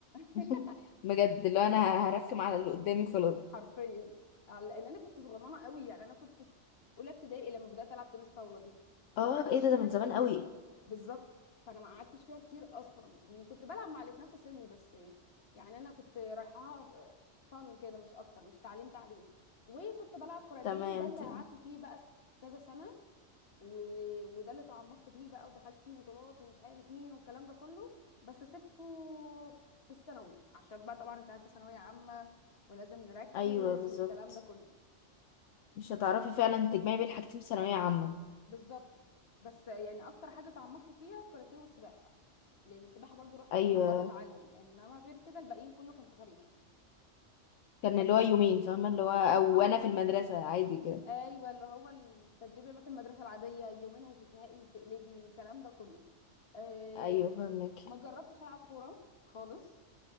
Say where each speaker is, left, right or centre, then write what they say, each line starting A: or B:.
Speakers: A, on the left; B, on the left.
A: <laughs>
B: <laughs> بجد اللي هو انا هركم على اللي قدامي خلاص
A: حرفيا آه، لان انا كنت صغننه قوي يعني انا كنت في اولى ابتدائي لما بدات العب تنس طاوله دي
B: اه
A: ما قعدتش
B: ايه ده
A: فيها
B: ده من
A: كتير
B: زمان قوي
A: بالظبط فانا ما قعدتش فيها كتير اصلا وكنت بلعب مع اللي في نفس سني بس يعني انا كنت رايحاها فن كده مش اكتر مش تعليم تعليم وكنت بلعب كاراتيه
B: تمام
A: ده اللي
B: تمام
A: قعدت فيه بقى كذا سنه و... وده اللي تعمقت فيه بقى ودخلت فيه بطولات ومش عارف مين والكلام ده كله بس سبته في الثانوي عشان بقى طبعا انت عارفه ثانويه عامه ولازم نركز
B: ايوه بالظبط
A: والكلام ده كله
B: مش هتعرفي فعلا
A: بس
B: تجمعي بين حاجتين في ثانويه عامه
A: بالظبط بس يعني اكتر حاجه تعمقت فيها الكاراتيه والسباحه لان السباحه برضو رحت
B: ايوه
A: كذا مره اتعلم انما غير كده الباقيين كله كان تفاريح
B: كان
A: بس
B: اللي هو يومين فاهمه اللي هو او
A: اه
B: انا في المدرسه عادي كده
A: ايوه اللي هو التدريب المات المدرسه العاديه يومين وتزهقي وتقلبي الكلام ده كله أم،
B: ايوه فاهمك
A: ما جربتش العب كوره خالص